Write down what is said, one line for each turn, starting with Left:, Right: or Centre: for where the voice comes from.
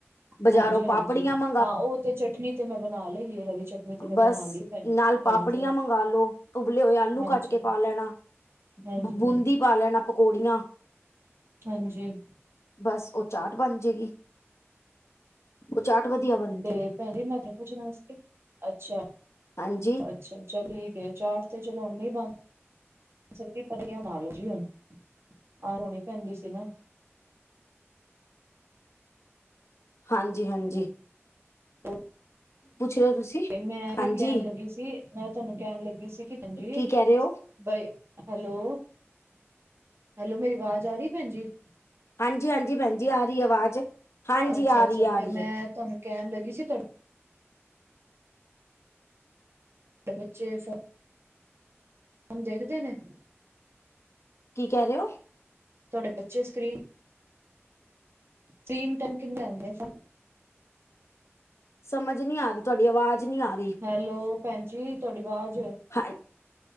Left: ਬਾਜ਼ਾਰੋਂ,
Right: ਹਾਂਜੀ ਹਾਂਜੀ,
Left: ਪਾਪੜੀਆਂ ਮਂਗ-
Right: ਹਾਂ ਉਹ ਤੇ ਚਟਨੀ ਤੇ ਮੈਂ ਬਣਾ ਲਈ ਏ ਹਰੀ ਚਟਨੀ ਤੇ ਮੈਂ
Left: ਬਸ
Right: ਬਣਾ ਲਈ ਏ ਭੈਣ ਜੀ।
Left: ਨਾਲ ਪਾਪੜੀਆਂ
Right: ਹਾਂਜੀ
Left: ਮੰਗਾ ਲੋੋ, ਉੁਬਲੇ ਹੋਏ ਆਲੂ
Right: ਹਾਂਜੀ
Left: ਕੱਟ ਕੇ ਪਾ ਲੈਣਾ,
Right: ਹਾਂਜੀ
Left: ਬੂੰਦੀ-
Right: ਹਾਂਜੀ
Left: ਪਾ ਲੈਣਾ ਪਕੌੜੀਆਂ।
Right: ਹਾਂਜੀ।
Left: ਬਸ ਉਹ ਚਾਟ ਬਣ ਜਾਏਗੀ। ਉਹ ਚਾਟ ਵਧੀਆ ਬਨੀ-
Right: ਤੇ ਭੈਣ ਜੀ ਮੈਂ ਤੇ ਪੁੱਛਣਾ ਸੀ, ਅੱਛਾ ਆ।
Left: ਹਾਂਜੀ
Right: ਅੱਛਾ ਚੱਲੀ ਗਏ ਚਾਰ ਤੇ ਚਲੋ ਉੱਨੀ ਬੰ- ਚਲੋ ਜੀ ਪਟਰੀਆਂ ਪਾ ਲਓ ਜੀ ਹੁਣ, ਆਹ ਹੋਣੀ ਪੈਂਦੀ ਸੀ ਨਾ।
Left: ਹਾਂਜੀ-ਹਾਂਜੀ।
Right: ਔ-
Left: ਰਹੇ ਹੋ ਤੁਸੀਂ
Right: ਤੇ ਮੈਂ ਕੀ
Left: ਹਾਂਜੀ
Right: ਕਹਿਣ ਲੱਗੀ ਸੀ, ਮੈਂ ਤੁਹਾਨੂੰ ਕਹਿਣ ਲੱਗੀ ਸੀ ਕਿ ਭੈਣ ਜੀ-
Left: ਕੀ ਕਹਿ ਰਹੇ ਹੋ
Right: ਬ ਹੈਲੋ, ਹੈਲੋਮੇਰੀ ਆਵਾਜ਼ ਆ ਰਹੀ ਭੈਣ ਜੀ?
Left: ਹਾਂਜੀ-ਹਾਂਜੀ ਭੈਣ ਜੀ ਆ ਰਹੀ ਏ ਆਵਾਜ਼। ਹਾਂਜੀ
Right: ਅੱਛਾ-ਅੱਛਾ
Left: ਆ ਰਹੀ ਆ
Right: ਤੇ
Left: ਰਹੀ
Right: ਮੈਂ
Left: ਹੈ
Right: ਤੁਹਾਨੂੰ ਕਹਿਣ ਲੱਗੀ ਸੀ ਤੁਹਾ- ਤੇ ਬੱਚੇ ਸ- ਹੁਣ ਦੇਖਦੇ ਨੇ?
Left: ਕੀ ਕਹਿ ਰਹੇ ਹੋ?
Right: ਤੁਹਾਡੇ ਬੱਚੇ ਸਕਰੀਨ- ਸਕਰੀਨ ਟਾਈਮ ਕਿੰਨੇ ਆਉਦੇ ਆ ਸਬ?
Left: ਸਮਝ ਨੀ ਆ ਰੀ ਤੁਹਾਡੀ ਆਵਾਜ਼ ਨੀ ਆਰੀ।
Right: ਹੈਲੋ ਭੈਣ ਜੀ ਤੁਹਾਡੀ ਆਵਾਜ਼,
Left: ਹਾਂ